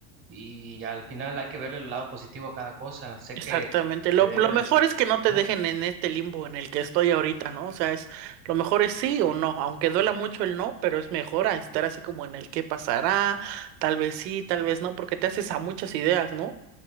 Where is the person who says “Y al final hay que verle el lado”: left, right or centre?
Right